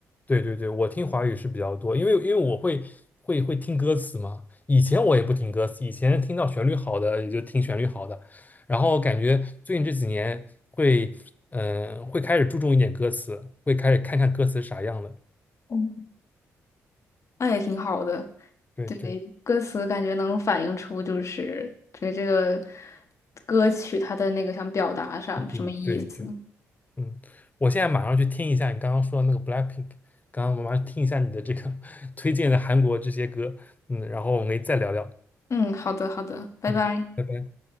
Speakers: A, on the left; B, on the left.
A: 对对对，我听华语是比较多，因为因为我会会会听歌词嘛，以前我也不听歌词，以前听到旋律好的也就听旋律好的，然后感觉最近这几年会嗯会开始注重一点歌词，会开始看看歌词啥样的，
B: 嗯，那也挺好的。
A: 对对，
B: 对，歌词感觉能反映出就是对这个歌曲它的那个想表达啥什么意思。
A: 一定对对。嗯，我现在马上去听一下你刚刚说的那个 Blackpink，刚刚我马上听一下你的这个 <laughs> 推荐的韩国这些歌，嗯，然后我们可以再聊聊，
B: 嗯，好的，好的，拜拜。
A: 嗯，拜拜。